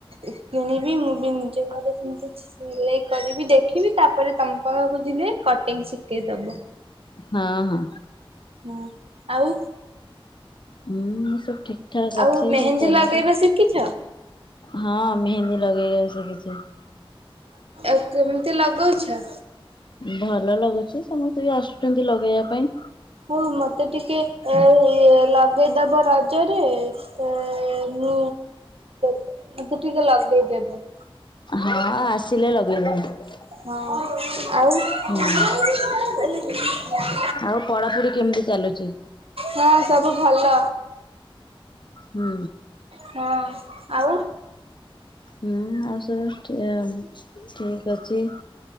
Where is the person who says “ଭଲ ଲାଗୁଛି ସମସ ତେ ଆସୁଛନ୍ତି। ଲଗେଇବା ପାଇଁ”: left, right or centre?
Left